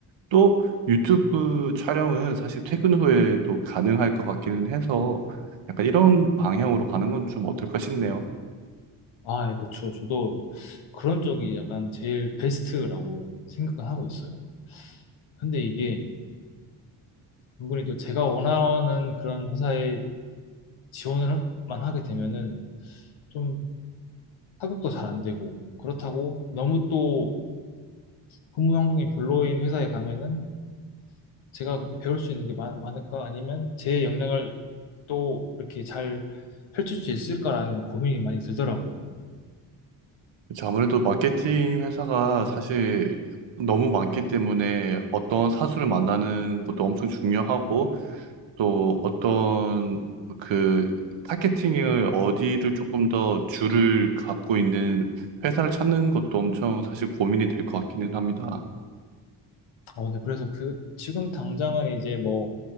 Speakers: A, on the right; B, on the left.
A: 또 유튜브 촬영은 사실 퇴근 후에도 가능할 것 같기는 해서 약간 이런 방향으로 가는 건 좀 어떨까 싶네요.
B: 아, 예, 그쵸. 저도 그런 쪽이 약간 제일 베스트라고 생각은 하고 있어요. 근데 이게 은근히 또 제가 원하는 그런 회사에 지원을만 하게 되면은 좀 합격도 잘 안 되고, 그렇다고 너무 또 근무 환경이 별로인 회사에 가면은 제가 그렇게 배울 수 있는 게 많, 많을까? 아니면 제 역량을 또 이렇게 잘 펼칠 수 있을까라는 고민이 많이 들더라고요.
A: 그쵸, 아무래도 마케팅 회사가 사실 너무 많기 때문에 어떤 사수를 만나는 것도 엄청 중요하고 또 어떤 그 타겟팅을 어디를 조금 더 줄을 갖고 있는 회사를 찾는 것도 엄청 사실 고민이 될 것 같기는 합니다.
B: 어, 네. 그래서 그, 지금 당장은 이제 뭐